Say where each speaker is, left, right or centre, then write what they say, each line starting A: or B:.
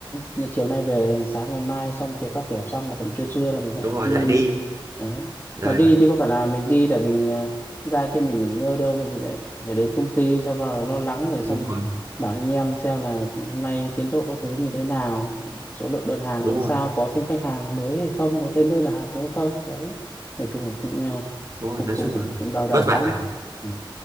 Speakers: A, on the left; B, on the right.
A: ừ, chiều nay về sáng ngày mai xong việc các kiểu xong là tầm trưa trưa là mình lại
B: đúng
A: phải
B: rồi
A: đi
B: lại đi
A: đấy
B: đấy
A: mà đi thì có phải là mình đi để mình à, ra kia mình nghỉ ngơi đâu mình thì lại phải đến công ty sao vào lo lắng rồi xong
B: đúng rồi
A: bảo anh em xem là hôm nay tiến độ có thứ như thế nào số lượng đơn hàng
B: đúng
A: ra
B: rồi
A: sao có thêm khách hàng mới hay không có thêm đơn hàng mới hay không đấy nói chung là cũng à,
B: đúng rồi
A: cũng
B: nói
A: cũng
B: chung
A: cũng
B: là
A: cũng đau đầu
B: vất vả
A: lắm ừ.